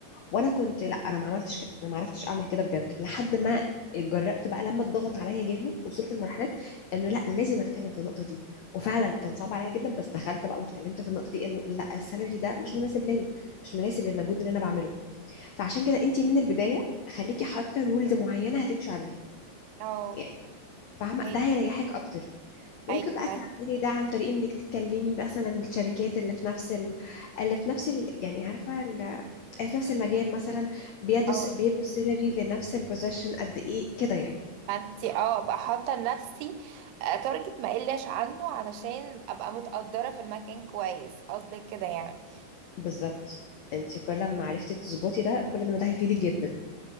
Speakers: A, on the left (about 80°); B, on the right (about 85°).
A: وانا كنت لا انا ما عملتش كده انا ما عرفتش اعمل كده بجد لحد ما اتجرأت بقى لما اتضغط عليا جامد وصلت لمرحله انه لا لازم اتكلم في النقطه دي وفعلا كان صعب عليا جدا بس دخلت بقى واتكلمت في النقطه دي انه لا السالري ده مش مناسب ليا مش مناسب للمجهود اللي انا بعمله فعشان كده انت من البدايه خليكي حاطه رولز معينه هتمشي عليها
B: اه
A: يعني فاهمه
B: هي
A: ده هيريحك
B: دي
A: اكتر ممكن
B: ايوه
A: بقى تعملي
B: ايوه
A: ده عن طريق انك تتكلمي بقى مثلا الشركات اللي في نفس ال... اللي في نفس ال... يعني عارفه ال... اللي في نفس المجال مثلا بيدوا
B: اه
A: س- بيدوا سيلري لنفس البوزيشن قد ايه كده يعني
B: ما انتي اه ابقى حاطه لنفسي تارجت ما اقلش عنه علشان ابقى متقدره في المكان كويس قصدك كده يعني
A: بالظبط انت كل ما عرفتي تظبطي ده كل ما ده هيفيدك جدا